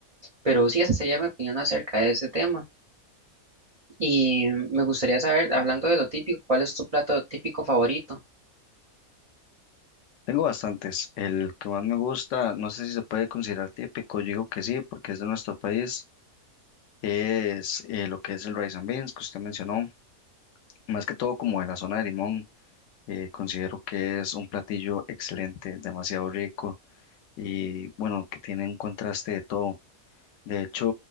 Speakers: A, on the right (about 50°); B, on the left (about 65°).
A: Pero sí, esa sería mi opinión acerca de ese tema. Y me gustaría saber, hablando de lo típico, ¿cuál es tu plato típico favorito?
B: Tengo bastantes. El que más me gusta, no sé si se puede considerar típico, yo digo que sí, porque es de nuestro país, es eh, lo que es el rice and beans que usted mencionó, más que todo como de la zona de Limón. eh, considero que es un platillo excelente, demasiado rico y bueno, que tiene un contraste de todo. De hecho,